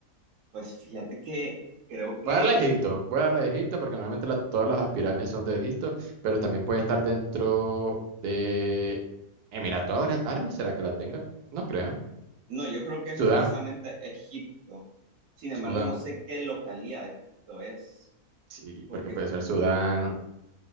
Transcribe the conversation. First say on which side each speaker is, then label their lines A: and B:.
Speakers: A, on the right; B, on the right.
A: pues fíjate que creo que...
B: Voy a darle a Egipto, voy a darle a Egipto porque normalmente las- todas las pirámides son de Egipto, pero también puede estar dentro de Emiratos Ára- Árabes, ¿será que la tenga? No creo.
A: No, yo creo que es
B: Sudán,
A: precisamente Egipto. Sin
B: Sudán,
A: embargo, no sé qué localidad de Egipto es,
B: sí,
A: porque,
B: porque puede ser Sudán.